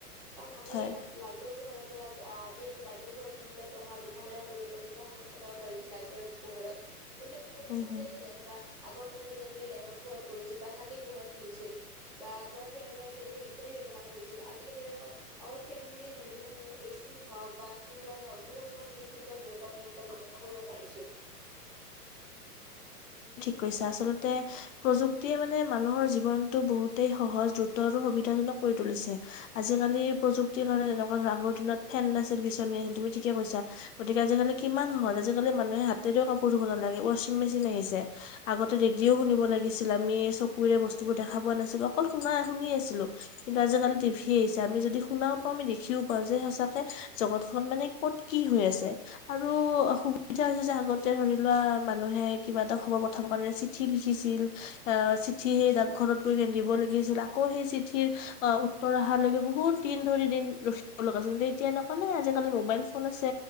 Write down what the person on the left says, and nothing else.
হয়
উম হম
কৈছে আচলতে প্ৰযুক্তিয়ে মানে মানুহৰ জীৱন বহুতেই সহজ দ্ৰুত আৰু সুবিধাজনক কৰি তুলিছে আজিকালি প্ৰযুক্তিৰ কাৰণে আগৰ দিনত ফেন নাছিল বিচনী আছিল তুমি ঠিকে কৈছা গতিকে আজিকালি কিমান সহজ আজিকালি মানুহে হাতেৰে কাপোৰ ধুব নালাগে। ৱাচিং মেচিন আহিছে আগতে ৰেডিঅ' ও শুনিব লাগিছিল আমি চকুৰে বস্তু বোৰ দেখা পোৱা নাছিলো অকল শুনাই শুনি আছিলো কিন্তু আজিকালি টিভি আহিছে আমি যদি শুনাও পাম দেখি দেখিও পাওঁ যে সঁচাকে জগতখন মানে ক'ত কি হৈ আছে আৰু সুবিধা হৈছে যে আগতে ধৰি লোৱা মানুহে কিবা এটা খবৰ পঠাব কাৰণে চিঠি লিখিছিল আ চিঠি সেই ডাগঘৰত গৈ দিব লাগ গিছিল আকৌ সেই চিঠিৰ অ উত্তৰ অহালৈকে বহুত দিন ধৰি দিন ৰখিব লগা হৈছিল তেতিয়া এন নাই আজিকালি মোবাইল ফোন আছে